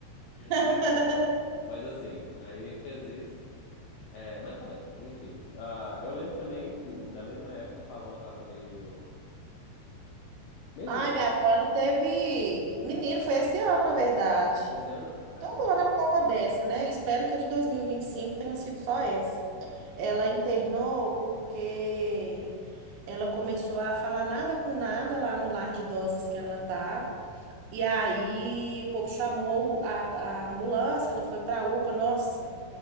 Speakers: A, on the right; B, on the left.
A: <laughs>
B: Mas mas assim, aí fez isso. É, mas tá bem, enfim. Ah, eu lembro também que na mesma época sua avó tava meio. Meio
A: Ai,
B: ruim até
A: minha avó, ela teve menino, foi esse ano, na verdade.
B: esse ano. É,
A: Todo
B: né?
A: ano ela dá uma dessa, né? Espero que a de 2025 tenha sido só essa. Ela internou porque ela começou a falar nada com nada lá no lar de idosas que ela tá. E aí o povo chamou a, a ambulância, ela foi pra UPA. Nossa,